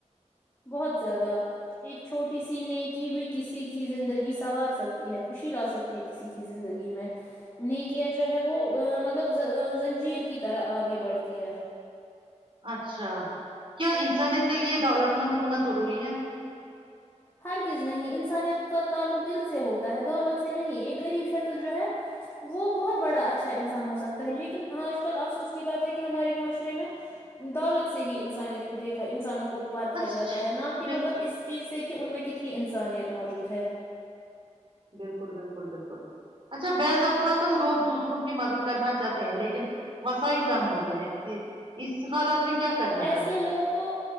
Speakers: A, on the left (about 20°); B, on the right (about 45°).
A: بہت زیادہ ایک چھوٹی سی نیکی بھی کسی کی زندگی سنوار سکتی ہے خوشی لا سکتی ہے کسی کی زندگی میں نیکیاں جو ہے وہ مطلب زنجیر کی طرح آگے بڑھتی ہے
B: اچھا کیا انسانیت کے لے دولت مند ہونا ضروری ہے
A: ہرگز نہیں انسانیت کا تعلق دل سے ہوتا ہے دولت سے نہیں ایک غریب شخص جو ہے وہ بہت بڑا اچھا انسان ہو سکتا ہے لیکن آج کل افسوس کی بات ہے کہ ہمارے معاشرے میں دولت سے ہی انسانیت کو دیکھا انسانوں کو کو پرارکھا
B: اچھا
A: جاتا ہے نہ کہ
B: بال
A: مطلب اس چیز سے ان میں کتنی انسانیت موجود ہے
B: بالکل بالکل اچھا بضافہ تو لوگ دوسروں کی مدد کرنا چاہتے ہیں لیکن مسائل کم ہوتے ہیں یہ اس حالت میں کیا کرنا
A: ایسے
B: چاہیے
A: لوگ تو